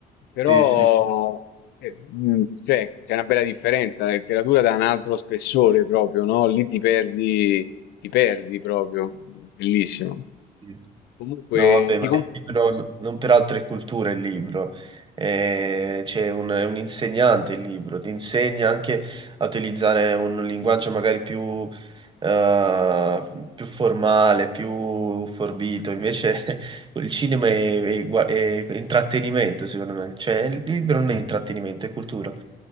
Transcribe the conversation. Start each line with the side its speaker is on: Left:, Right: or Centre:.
Left: Però
Right: Sì, sì,
Left: eh, mh, cioè, c'è una bella differenza, la letteratura dà un altro spessore proprio, no? Lì ti perdi, ti perdi proprio, bellissimo.
Right: sì.
Left: Comunque,
Right: No, vabbè,
Left: ti,
Right: ma
Left: com-
Right: il libro n- non per altre culture, il libro. Eh, c'è un, è un insegnante il libro, ti insegna anche a utilizzare un linguaggio magari più, eh, più formale, più forbito. Invece <laughs> il cinema è, è gua- è intrattenimento, secondo me. Cioè, il libro non è intrattenimento, è cultura.